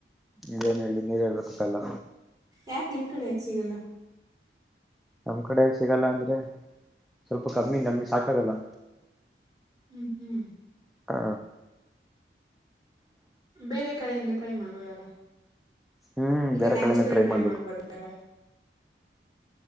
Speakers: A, in the centre; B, on the right.
A: ಏನ್ ಹೇಳಿ ನೀವೇ ಹೇಳ್ಬೇಕಪ್ಪಯಲ್ಲ
B: ಯಾಕೆ ನಿಮ್ ಕಡೆ ಯಾಕೆ ಸಿಗಲ್ಲ
A: ನಮ್ ಕಡೆ ಸಿಗಲ್ಲ ಅಂದ್ರೆ ಸ್ವಲ್ಪ ಕಮ್ಮಿ ನಮ್ಗೆ ಸಾಕಾಗಲ್ಲ
B: ಹ್ಮ್ ಹ್ಮ್
A: ಹಾ
B: ಬೇರೆ ಕಡೆಯಿಂದ ಟ್ರೈ ಮಾಡ್ಬೋದಲ್ಲ
A: ಹ್ಮ್
B: ಇಲ್ಲ
A: ಬೇರೆ
B: ನ್ಯಾಚುರಲ್
A: ಕಡೆನ
B: ಟ್ರೈ
A: ಮಾಡ್ಬೇಕು
B: ಮಾಡ್ಬೋದ ಅಲ್ಲ